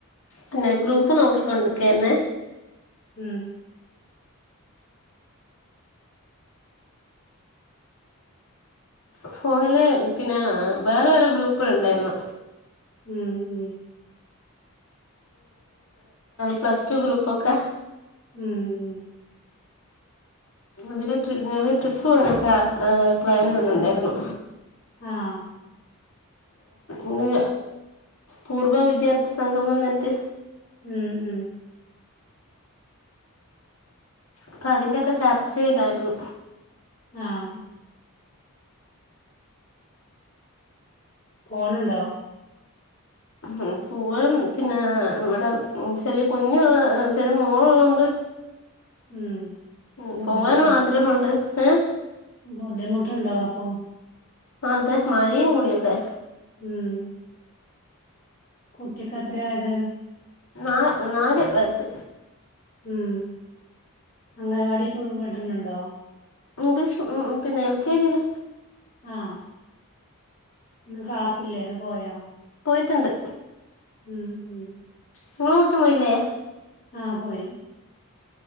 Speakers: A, on the left; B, on the left.
A: പിന്നെ ഗ്രൂപ്പ് നോക്കിക്കൊണ്ട് നിക്കാരുന്നേ
B: ഉം
A: ഫോണില് പിന്നെ വേറെ ഓരോ ഗ്രൂപ്പുകൾ ഉണ്ടായിരുന്നു
B: ഉം ഉം
A: പ്ലസ് ടു ഗ്രൂപ്പൊക്കെ
B: ഉം ഉം
A: അതില് ട്ര് ഞങ്ങള് ട്രിപ്പ് പോവാനൊക്ക പ്ലാൻ ഇടുന്നുണ്ടായിരുന്നു
B: ആഹ്
A: ഇന്ന് പൂർവ വിദ്യാർത്ഥി സംഘം വന്നിട്ട്
B: ഉം ഉം
A: അപ്പൊ അതിന്റൊക്കെ ചർച്ചെയ്ലായിരുന്നു
B: ആഹ് പോണുണ്ടോ
A: ഉം പൂവാൻ പിന്നെ ഇവിടെ ചെറിയ കുഞ്ഞുള്ള ചെറിയ മോളുള്ളോണ്ട്
B: ഉം
A: ഉം
B: ബുദ്ധിമുട്ടാണോ
A: പോവാനും ആഗ്രഹമുണ്ട് ഏഹ്
B: ബുദ്ധിമുട്ടുണ്ടോ അപ്പം
A: അതെ മഴയും കൂടിയല്ലേ
B: ഉം കുട്ടിക്കെത്ര ആയത്
A: നാ നാല് വയസ്സ്
B: ഉം അംഗനവാടിപ്പോ വിടണുണ്ടോ
A: ഇംഗ്ലീഷ് ഉം ഉം പിന്നെ എൽ കെ ജിയില്
B: ആ ഇന്ന് ക്ലാസ്സില്ലെന്ന് പോയോ
A: പോയിട്ടുണ്ട്
B: ഉം ഉം
A: നിങ്ങളെ കുട്ടി പോയില്ലേ
B: ആ പോയി